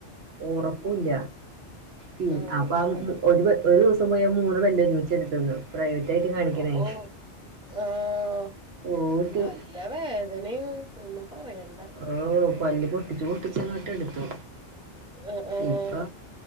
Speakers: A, on the right; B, in the centre.
A: ഉറപ്പുല്ല പിടി
B: ആഹ്
A: അപ്പൊ ഒരു ഒരു ദിവസം മൂന്ന് പല്ല് ഒരുമിച്ച് എടുത്തതാ പ്രൈവറ്റ് ആയിട്ട് കാണിക്കണേ
B: ഓ ആഹ
A: ഓര്
B: നല്ല വേ ദനയും ഒന്നും പറയണ്ട
A: ഓഹ് പല്ല് പൊട്ടിച്ച് പൊട്ടിച്ചങ്ങൊട്ട് എടുത്തു.
B: ആആ
A: ഇപ്പൊ